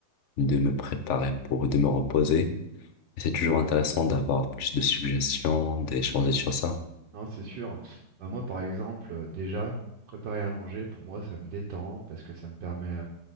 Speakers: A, on the left; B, on the right.
A: de me préparer pour, de me reposer. Et c'est toujours intéressant d'avoir plus de suggestions, d'échanger sur ça.
B: Non, c'est sûr. Bah, moi, par exemple, euh, déjà, préparer à manger, pour moi, ça me détend parce que ça me permet